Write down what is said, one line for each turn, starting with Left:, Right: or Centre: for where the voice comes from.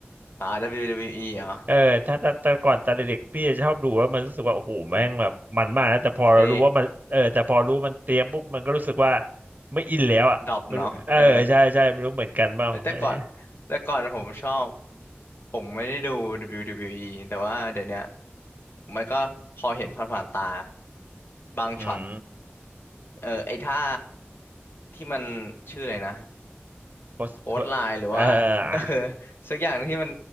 Left: อ่า WWE เบิลยูดับเบิลยูอีเหรอ
Right: เออถ้าถ้าแต่ก่อนตอนเด็กๆพี่จะชอบดูแล้วมันรู้สึกว่าโอ้โหแม่งแบบมันมากนะ แต่พอเรารู้ว่ามันเออแต่พอรู้ว่ามันเตรียมปุ๊บ
Left: เท่
Right: มันก็รู้สึกว่าไม่อินแล้วอ่ะมนเออใช่ใช่ไม่รู้เหมือนกันเปล่าอันเนี้ย
Left: ดรอปเนาะเออเอ้ยแต่ก่อนแต่ก่อนผมชอบผมไม่ได้ดู WWE แต่ว่าเดี๋ยวเนี้ยมันก็พอเห็นผ่านๆตาบางช็อต
Right: อืม
Left: เออไอ้ท่าที่มันชื่ออะไรนะ
Right: โพสต์
Left: โค้ดไลน์หรือว่า
Right: เออ
Left: <laughs>
Right: อ่ะ
Left: เออสักอย่างที่มัน